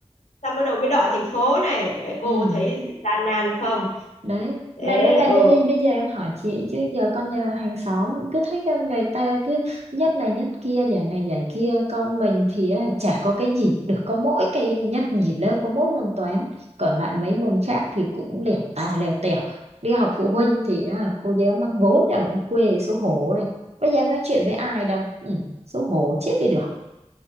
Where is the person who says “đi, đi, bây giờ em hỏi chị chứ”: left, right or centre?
Right